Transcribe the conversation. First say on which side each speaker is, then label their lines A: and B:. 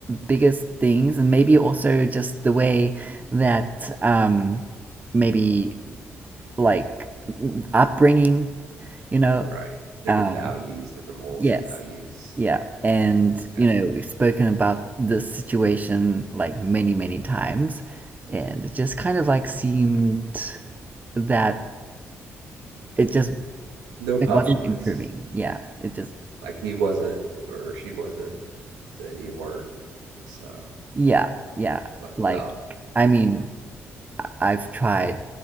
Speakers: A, on the right (about 25°); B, on the right (about 85°).
A: biggest things, and maybe also just the way that um, maybe like upbringing, you know.
B: right? Different
A: Um,
B: values, different morals
A: yes,
B: and values.
A: yeah, and
B: Okay.
A: you know we've spoken about this situation like many many times, and it just kind of like
B: Okay.
A: seemed that it just
B: No compromise.
A: it wasn't improving. Yeah, it just
B: Like he wasn't or she wasn't, and then you weren't. So,
A: yeah yeah
B: but
A: like
B: um,
A: I mean I've tried